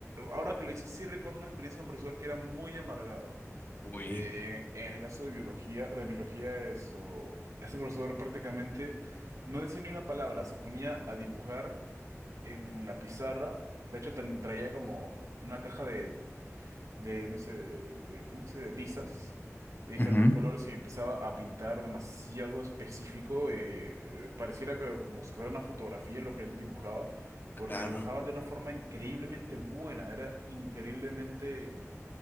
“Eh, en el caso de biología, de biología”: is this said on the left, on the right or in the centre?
Right